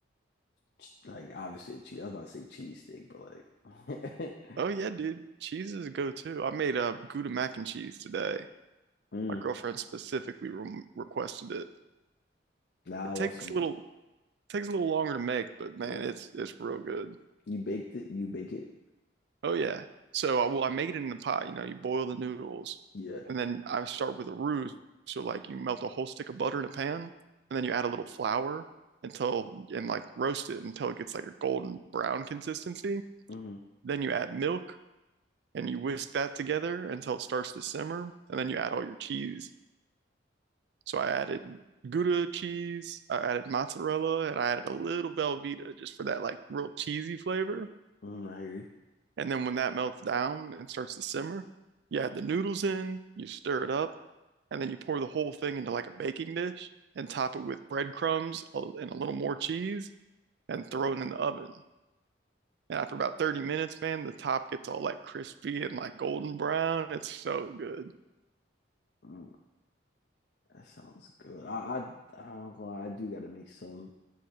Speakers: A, on the left; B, on the right.
A: ch- like obviously a cheese. I was about to say cheese steak, but like <laughs>
B: Oh yeah, dude. Cheese is a go-to. I made a uh, Gouda mac and cheese today.
A: mm,
B: My girlfriend specifically re requested it.
A: nah,
B: It
A: I love
B: takes
A: some
B: a little takes a little longer to make, but man,
A: yeah.
B: it's it's real good.
A: You baked it, you bake it.
B: Oh yeah. So I well, I make it in the pot. You know, you boil the noodles,
A: Yeah.
B: and then I start with a roux. So like you melt a whole stick of butter in a pan, and then you add a little flour until and like roast it until it gets like a golden brown consistency.
A: hmm
B: Then you add milk and you whisk that together until it starts to simmer, and then you add all your cheese. So I added Gouda cheese, I added mozzarella, and I added a little Velveeta just for that like real cheesy flavor.
A: hmm I hear you.
B: And then when that melts down and starts to simmer, you add the noodles in, you stir it up, and then you pour the whole thing into like a baking dish and top it with breadcrumbs and a little more cheese and throw it in the oven. And after about 30 minutes, man, the top gets all like crispy and like golden brown. It's so good.
A: Mm, that sounds good. I I I don't gonna lie, I do gotta make some.